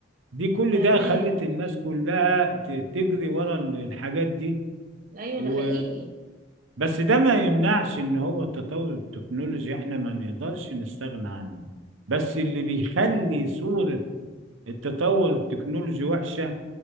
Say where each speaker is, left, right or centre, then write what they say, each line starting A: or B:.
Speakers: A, on the right (about 80°); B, on the right (about 45°).
A: دي كل
B: فاهماه
A: ده خلت الناس كلها ت- تجري ورا ال- الحاجات دي
B: ايوه
A: و
B: ده حقيقي
A: بس ده ما يمنعش ان هو التطور التكنولوجي احنا ما نقدرش نستغنى عنه بس اللي بيخلي صورة التطور التكنولوجي وحشة